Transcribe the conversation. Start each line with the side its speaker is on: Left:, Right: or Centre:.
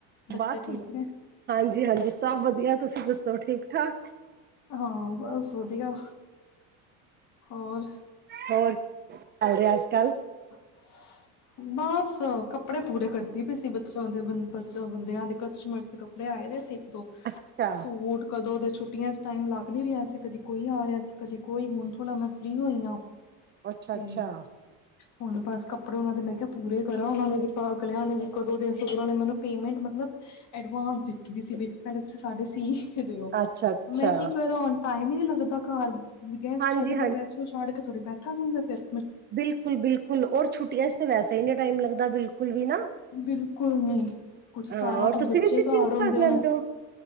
Left: ਬੱਚੇ
Right: ਬਸ
Left: ਠੀਕ ਨੇ
Right: ਹਾਂਜੀ-ਹਾਂਜੀ, ਸਭ ਵਧੀਆ ਤੁਸੀਂ ਦੱਸੋ ਠੀਕ- ਠਾਕ।
Left: ਹਾਂ ਬਸ ਵਧੀਆ, ਹੋਰ।
Right: ਹੋਰ ਕਿ ਚੱਲ ਰਿਹਾ ਅੱਜ- ਕੱਲ?
Left: <inaudible> ਬਸ ਕੱਪੜੇ ਪੂਰੇ ਕਰਦੀ ਪਈ ਸੀ ਬੱਚਿਆਂ ਦੇ ਬੱਚ ਬੰਦਿਆਂ ਦੇ, ਕਸਟਮਰ ਦੇ ਕੱਪੜੇ ਆਏ ਦੇ ਸੀ। ਦੋ
Right: ਅੱਛਾ
Left: ਸੂਟ ਕਦੋਂ ਦੇ। ਛੁੱਟੀਆਂ 'ਚ ਟਾਈਮ ਲੱਗ ਨਹੀਂ ਰਿਹਾ ਸੀ, ਕਦੀ ਕੋਈ ਆ ਰਿਹਾ ਸੀ, ਕਦੇ ਕੋਈ, ਹੁਣ ਥੋੜ੍ਹਾ ਮੈਂ ਫਰੀ ਹੋਈ ਹਾਂ
Right: ਅੱਛਾ-ਅੱਛਾ
Left: ਤੇ ਹੁਣ ਬਸ ਕੱਪੜੇ ਉਹਨਾਂ ਦੇ ਮੈਂ ਕਿਹਾ ਪੂਰੇ ਕਰਾ, ਉਹਨਾਂ ਨੇ ਵੀ ਅਗਲਿਆਂ ਨੇ ਕਦੋਂ ਦੇ ਨੇ ਮੈਨੂੰ ਪੇਮੈਂਟ ਮਤਲਬ ਐਡਵਾਂਸ ਦਿੱਤੀ ਦੀ ਸੀ ਬ ਪਹਿਲੇ ਤੁਸੀਂ ਸਾਡੇ ਸੀ ਕੇ ਦਿਓ,
Right: ਅੱਛਾ ਅੱਛਾ
Left: ਮੈਂ ਕੀ ਕਰਾਂ ਟਾਈਮ ਹੀ ਨਹੀਂ ਲੱਗਦਾ ਘਰ ਗੈਸਟ
Right: ਹਾਂਜੀ
Left: ਆਏ ਦੇ ਗੈਸਟ ਨੂੰ ਛੜ ਕੇ ਥੋੜੀ ਬੈਠਾ ਜਾਂਦਾ ਫੇਿਰ
Right: ਬਿਲਕੁਲ-ਬਿਲਕੁਲ ਔਰ ਛੁੱਟੀਆਂ 'ਚ ਤੇ ਵੈਸਾ ਹੀ ਨਹੀਂ ਟਾਈਮ ਲੱਗਦਾ ਬਿਲਕੁਲ ਵੀ ਨਾ
Left: ਬਿਲਕੁਲ ਨੀ, ਕੁਛ ਸਾਰਾ
Right: ਹਾਂ ਔਰ
Left: ਦਿਨ
Right: ਤੁਸੀਂ
Left: ਬੱਚੇ
Right: ਵੀ ਸਟਿਚਿੰਗ
Left: ਘਰ ਹੁੰਦੇ
Right: ਕਰ ਲੈਂਦੇ
Left: ਨੇ
Right: ਹੋ